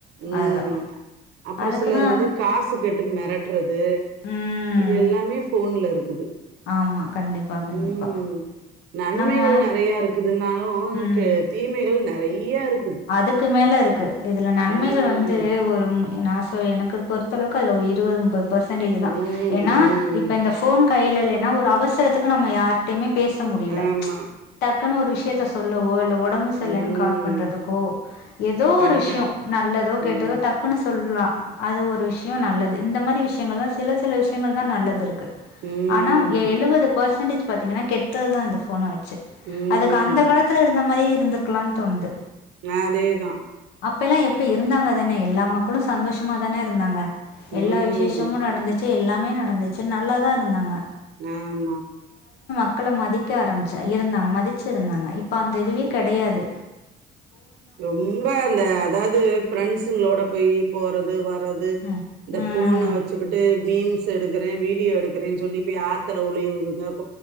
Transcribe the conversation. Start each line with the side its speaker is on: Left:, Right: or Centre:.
Right: உம்
Left: அதா
Right: அப்புறம்
Left: அதுக்குதா
Right: சிலர் வந்து காசு கேட்டு மிரட்டுறது
Left: ம்
Right: இது எல்லாமே ஃபோன்ல இருக்குது
Left: ஆமா கண்டிப்பா
Right: உம்
Left: கண்டிப்பா
Right: நன்மைகள்
Left: நம்ம
Right: நிறைய இருக்குதுனாலும்
Left: ம்
Right: தீமைகள் நெ றைய இரு
Left: அதுக்கு மேல இருக்கு இதுல நன்மைகள்
Right: ம்
Left: வந்து ஒரு நான் ஸா எனக்கு பொறுத்தளவுக்கு அதுல இருபது முப் பது பர்சன்டேஜ் தான்
Right: ம்
Left: ஏன்னா
Right: ம்
Left: இப்ப இந்த ஃபோனு கைல இல்லன்னா ஒரு அவசரத்துக்கு நம்ம யார்டையுமே பேச முடியல
Right: ஆமா
Left: டக்குன்னு ஒரு விஷய த்த சொல்லவோ இல்ல உட உடம்பு செல்லன்
Right: ம்
Left: கால் பண்றது கோ எதோ
Right: படுக்காது
Left: ஒரு விஷ்யோ நல்லதோ கேட்தோ
Right: ம்
Left: டக்குனு சொல்லா அது ஒரு விஷ்யோ நல்லது இந்த மாரி விஷ்யங்கள் தா சில சில விஷ்யங்கள் தா நல்லது இருக்கு
Right: ம்
Left: ஆனா எ எ ழுவது போசன்டேஜ் பாத்திங்கன்னா கெட்டது தான் இந்த ஃபோன வச்சு
Right: ம்
Left: அதுக்கு அந்த காலத்துல இருந்த மாரி இருந்துருக்லான் தோணுது
Right: மாதேதா
Left: அப்பயெல்லா எப்டி இருந்தாங்க தானே எல்லா மக்களும் சந்தோஷ்மா தான இருந்தாங்க எல்லா
Right: ம்
Left: விஷேஷமு நடந்துச் எல்லாமே நடந்துச்சு நல்லா தா இருந்தாங்க
Right: ஆமா
Left: க்கள மதிக்க ஆரம்ச்சா இருந்தாங்க மதிச்சிருந்தாங்க இப்ப அந்த இதுவ கடையாது
Right: ரொம்ப இந்த அதாது ஃப்ரெண்ட்ஸ் சுளோட போயி போறது வர்
Left: ம்
Right: இந்த
Left: ம்
Right: ஃபோன வச்சுக்குட்டு மீம் செடுக்குறே வீட் வீ எடுக்குறே சொல்லி பேய் ஆத்துல உலேவு உதப்